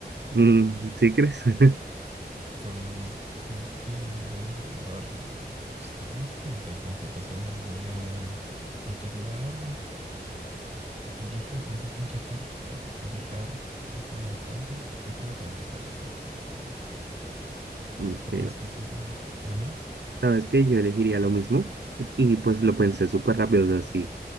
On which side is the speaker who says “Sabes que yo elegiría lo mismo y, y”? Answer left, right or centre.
Right